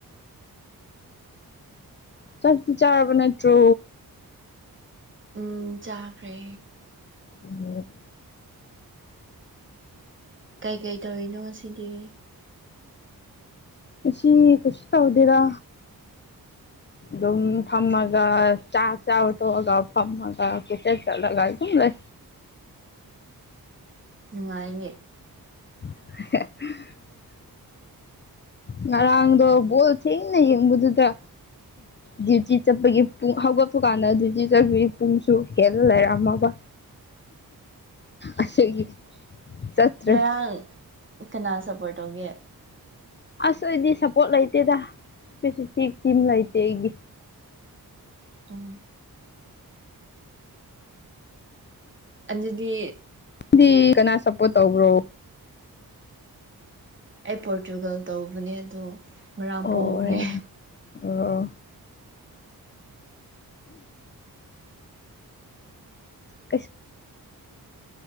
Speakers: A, on the left; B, on the right.
A: ꯆꯗꯤ ꯆꯥꯕ ꯅꯠꯇ꯭ꯔꯣ
B: ꯎꯝ ꯆꯥꯈ꯭ꯔꯦ
A: ꯑꯣ
B: ꯀꯩꯀꯩ ꯇꯧꯔꯤꯅꯣ ꯉꯁꯤꯒꯤ
A: ꯑꯁꯤꯁꯤ ꯀꯁꯤ ꯇꯧꯗꯦꯔ ꯑꯗꯨꯝ ꯐꯝꯃꯒ ꯆꯥꯛ ꯆꯥ ꯇꯣꯛꯑꯒ ꯐꯝꯃꯒ ꯀꯆ ꯆꯠꯂꯒ ꯑꯗꯨꯝ ꯐꯁ
B: ꯅꯨꯡꯉꯥꯏꯅꯦ
A: <unintelligible> ꯉꯔꯪꯗꯣ ꯣ ꯊ ꯅꯗꯨ ꯇ ꯗ꯭ꯌꯨꯇꯤ ꯆꯠꯄꯒꯤ ꯄꯨꯡ ꯍꯧꯒꯠꯄ ꯀꯥꯟꯗ ꯗ꯭ꯌꯨꯇꯤ ꯆꯠꯄꯒꯤ ꯄꯨꯡꯁꯨ ꯍꯦꯜꯂ ꯂꯩꯔꯝꯃꯒ ꯑꯁꯒꯤ ꯆꯠꯇ꯭ꯔꯦ
B: ꯉꯔꯥꯡ ꯀꯅꯥ ꯁꯞꯄꯣꯔꯠ ꯇꯧꯒꯦ
A: ꯑꯁ ꯑꯩꯗꯤ ꯁꯞꯄꯣꯔꯠ ꯂꯩꯇꯦꯗ ꯏꯁꯄꯦꯁꯤꯐꯤꯛ ꯇꯤꯝ ꯂꯩꯇꯦ ꯑꯩꯒꯤ
B: ꯇꯨꯝ ꯑꯗꯨꯗꯤ
A: ꯗꯤ ꯀꯅꯥ ꯁꯄꯣꯠ ꯇꯧꯕ꯭ꯔꯣ
B: ꯑꯩ ꯄꯣꯔꯇꯨꯒꯜ ꯇꯧꯕꯅꯦ ꯑꯗꯣ ꯉꯔꯥꯡ
A: ꯑꯣ
B: ꯄꯣꯈ꯭ꯔꯦ
A: ꯑꯣ ꯀꯩꯁ